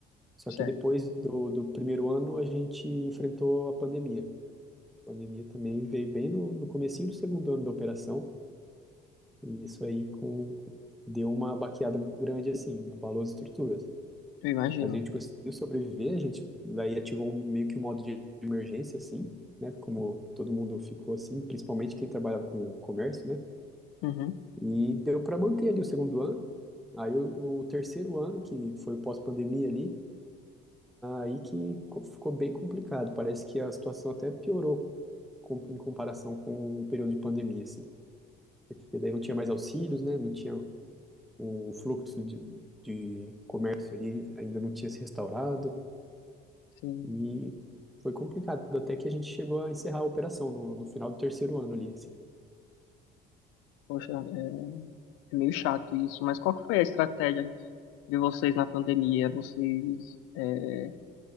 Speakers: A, in the centre; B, on the left.
A: Só
B: certo?
A: que depois do, do primeiro ano a gente enfrentou a pandemia. A pandemia também veio bem no, no comecinho do segundo ano da operação, e isso aí com, com- deu uma baqueada grande assim, abalou as estruturas.
B: Eu imagino.
A: Mas a gente conseguiu sobreviver, a gente daí ativou um- meio que um modo de emergência assim, né? Como todo mundo ficou assim, principalmente quem trabalhava com comércio, né?
B: Uhum,
A: E deu para manter ali o segundo ano. Aí o, o terceiro ano, que foi o pós-pandemia ali, Aí que co- ficou bem complicado. Parece que a situação até piorou com- em comparação com o período de pandemia, assim. Porque daí não tinha mais auxílios, né? Não tinha o fluxo de, de comércio ali, ainda não tinha se restaurado.
B: sim.
A: E foi complicado, até que a gente chegou a encerrar a operação no, no final do terceiro ano ali, assim.
B: Poxa, é, é meio chato isso, mas qual que foi a estratégia de vocês na pandemia? Vocês é,